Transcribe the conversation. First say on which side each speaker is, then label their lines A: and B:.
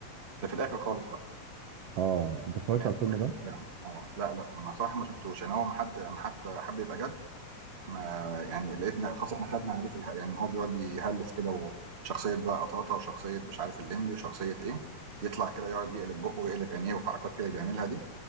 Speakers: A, on the right; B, on the right.
A: ده في الآخر خالص بقى،
B: اه انت اتفرجت
A: يعني
B: على
A: في
B: الفيلم
A: آخر
B: ده
A: كلامه آه، لأ، لأ، أنا صراحة ما شُفتوش، يعني هو ما حد أمّا حتى حَب يبقى جَد ما يعني لقيتنا خلاص إحنا خدنا عليه في اله يعني إن هو بيقعد يهلِّس كده وشخصية بقى قطاطا وشخصية مش عارف اللمبي وشخصية إيه، يطلع كده يقعد يقلب بُقّه ويقلب عينيه وحركات كده بيعملها دي